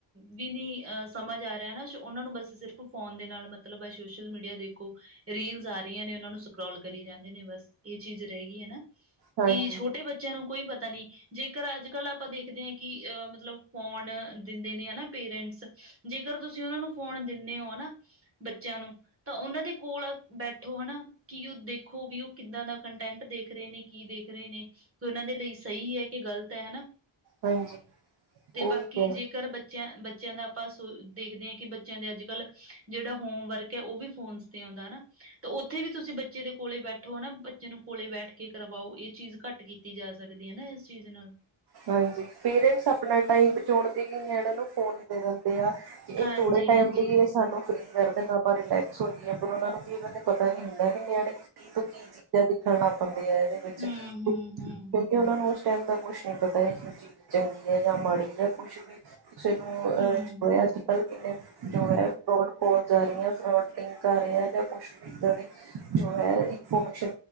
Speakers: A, on the right (about 25°); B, on the right (about 50°).
A: ਵੀ ਨੀ ਅਹ ਸਮਝ ਆ ਰਿਹਾ ਨਾ ਸੋ ਉਹਨਾਂ ਨੂੰ ਬਸ ਸਿਰਫ ਫੋਨ ਦੇ ਨਾਲ ਮਤਲਬ ਸੋਸ਼ਲ ਮੀਡੀਆ ਦੇਖੋ। ਰੀਲਸ ਆ ਰਹੀਆਂ ਨੇ ਉਹਨਾਂ ਨੂੰ ਸਕਰੋਲ ਕਰੀ ਜਾਂਦੇ ਨੇ ਬਸ ਇਹ ਚੀਜ਼ ਰਹਿ ਗਈ ਹੈ ਨਾ।
B: ਹਾਂਜੀ
A: ਕਿ ਛੋਟੇ ਬੱਚਿਆਂ ਨੂੰ ਕੋਈ ਪਤਾ ਨਹੀਂ। ਜੇਕਰ ਅੱਜ ਕੱਲ੍ਹ ਆਪਾਂ ਦੇਖਦੇ ਹਾਂ ਕਿ ਅ ਮਤਲਬ ਫੋਨ ਦਿੰਦੇ ਨੇ ਹਨਾ ਪੇਰੈਂਟਸ ਜੇਕਰ ਤੁਸੀ ਉਹਨਾਂ ਨੂੰ ਫੋਨ ਦਿੰਦੇ ਹੋ ਨਾ ਬੱਚਿਆਂ ਨੂੰ ਤਾਂ ਉਹਨਾਂ ਦੇ ਕੋਲ ਬੈਠੋ ਹਨਾ। ਕਿ ਉਹ ਦੇਖੋ ਵੀ ਉਹ ਕਿੱਦਾਂ ਦਾ ਕੰਟੈਂਟ ਦੇਖ ਰਹੇ ਨੇ ਕੀ ਦੇਖ ਰਹੇ ਨੇ। ਕਿ ਉਹਨਾਂ ਦੇ ਲਈ ਸਹੀ ਹੈ ਕਿ ਗ਼ਲਤ ਹੈ ਹਨਾ
B: ਹਾਂਜੀ
A: ਤੇ
B: ਉਹੀ
A: ਬਾਕੀ
B: ਹੈ
A: ਜੇਕਰ ਬੱ ਬੱਚਿਆਂ- ਬੱਚਿਆਂ ਦਾ ਆਪਾਂ ਸੋ ਦੇਖਦੇ ਹਾਂ ਕਿ ਬੱਚਿਆਂ ਦੇ ਅੱਜ ਕੱਲ੍ਹ ਜਿਹੜਾ ਹੋਮ ਵਰਕ ਹੈ ਉਹ ਵੀ ਫੋਨ ਤੇ ਆਉਂਦਾ ਨਾ। ਤਾਂ ਉੱਥੇ ਵੀ ਤੁਸੀਂ ਬੱਚੇ ਦੇ ਕੋਲੇ ਬੈਠੋ ਹਨਾ ਬੱਚੇ ਨੂੰ ਕੋਲੇ ਬੈਠ ਕੇ ਕਰਵਾਓ ਇਹ ਚੀਜ਼ ਘੱਟ ਗਈ। ਕੀਤੀ ਜਾ ਸਕਦੀ ਹੈ ਨਾ ਇਸ ਚੀਜ਼ ਨਾਲ
B: ਹਾਂਜੀ ਪੇਰੈਂਟਸ ਆਪਣਾ ਟਾਈਮ ਬਚਾਉਣ ਦੇ ਲਈ ਨਿਆਣੇ ਨੂੰ ਫੋਨ ਦੇ ਦਿੰਦੇ ਆ। ਇਹ
A: ਹਾਂਜੀ
B: ਥੋੜੇ ਟਾਈਮ
A: ਹਾਂਜੀ
B: ਲਈ ਇਹ ਸਾਨੂੰ ਫਰੀ ਕਰ ਦੇ ਨਾ। ਰਿਲੈਕਸ ਹੋ ਗਈ ਏ ਪਰ ਉਹਨਾਂ ਨੂੰ ਕਈ ਵਾਰੇ ਪਤਾ ਨੀ ਹੁੰਦਾ ਕਿ ਨਿਆਣੇ ਕੀ ਤੋਂ ਕੀ ਚੀ ਜਾਂ ਦੇਖਣ ਲੱਗ ਪੇਂਦੇ ਹੈ ਇਹਦੇ ਵਿੱਚ
A: ਹੂੰ ਹੂੰ
B: ਕਿਉਂਕਿ
A: ਹੂੰ
B: ਉਹਨਾਂ ਨੂੰ ਉਸ ਟਾਈਮ ਦਾ ਕੁਛ ਨਹੀ। ਪਤਾ ਹੈ ਜ ਚੀਜ਼ ਚੰਗੀ ਹੈ ਜਾਂ ਮਾੜੀ ਹੈ ਕੁਛ ਵੀ ਕਿਸੇ ਨੂੰ ਅ
A: ਹੂੰ
B: ਜੋ ਹੈ ਅੱਜ ਕੱਲ ਕਿੰਨੇ ਜੋ ਹੈ ਫਰੋਡ ਕੋਲ ਜਾ ਰਹੀ ਹੈ ਫਰੋਡ ਲਿੰਕ ਆ ਰਹੇ ਹੈ ਜਾਂ ਕੁਛ ਵੀ ਇੱਦਾਂ ਦੀ ਜੋ ਹੈ ਇਨਫੋਰਮੇਸ਼ਨ